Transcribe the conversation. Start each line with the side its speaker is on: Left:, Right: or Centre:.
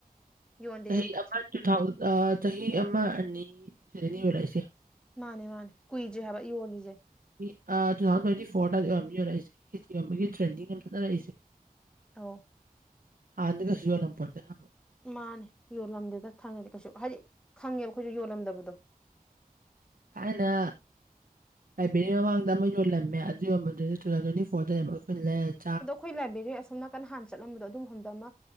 Centre: ꯌꯣꯟꯗꯦ
Right: ꯆꯍꯤ
Centre: ꯌꯣꯟꯗꯦ
Right: ꯑꯃ
Centre: ꯁꯨꯡ
Right: ꯇꯨ ꯊꯥꯎꯖꯟ ꯑꯥ ꯆꯍꯤ ꯑꯃ ꯑꯅꯤ ꯁꯤꯗꯅꯦ ꯌꯣꯜꯂꯛꯏꯁꯦ
Centre: ꯃꯥꯅꯦ ꯃꯥꯅꯦ ꯀꯨꯏꯗ꯭ꯔꯤ ꯍꯥꯏꯕ ꯌꯣꯜꯂꯤꯖꯦ
Right: ꯃꯤ ꯑꯥ ꯇꯨ ꯊꯥꯎꯖꯟ ꯇ꯭ꯋꯦꯟꯇꯤ ꯐꯣꯔꯗ ꯑꯗꯨꯋꯥꯏꯗꯩ ꯑꯣꯏꯔꯝꯅꯝ ꯌꯧꯔꯛꯏꯁꯦ ꯈꯦꯖꯤ ꯌꯣꯟꯕꯒꯤ ꯇꯔꯦꯡꯗꯥꯡꯅ ꯆꯠꯅꯔꯛꯏꯁꯦ
Centre: <unintelligible>
Right: ꯍꯥꯟꯅꯗꯤ ꯀꯩꯁꯨ ꯌꯣꯜꯔꯝꯄꯣꯟꯇꯦ ꯍꯥꯏꯕ
Centre: ꯃꯥꯅꯦ ꯌꯣꯜꯂꯝꯗꯦꯗ ꯊꯥꯏꯅꯗꯤ ꯀꯩꯁꯨ ꯍꯥꯏꯗꯤ ꯈꯪꯉꯦꯕ ꯑꯩꯈꯣꯏꯁꯨ ꯌꯣꯜꯂꯝꯗꯕꯗꯣ
Right: ꯊꯥꯏꯅ ꯂꯥꯏꯕ꯭ꯔꯦꯔꯤ ꯃꯃꯥꯡꯗ ꯑꯃ ꯌꯣꯂꯝꯃꯦ ꯑꯗꯨ ꯌꯣꯟꯕꯗꯨꯁꯨ ꯇꯨ ꯊꯥꯎꯖꯟ ꯇ꯭ꯋꯦꯟꯇꯤ ꯐꯣꯔꯗꯅꯦꯕ ꯑꯩꯈꯣꯏ ꯂꯩꯔꯦ
Centre: ꯑꯗꯣ ꯑꯩꯈꯣꯏ ꯂꯥꯏꯕ꯭ꯔꯦꯔꯤ ꯑꯁꯣꯝ ꯅꯥꯀꯟ ꯍꯥꯟ ꯆꯠꯂꯝꯕꯗꯣ ꯑꯗꯨ ꯃꯐꯝꯗꯣ ꯑꯃ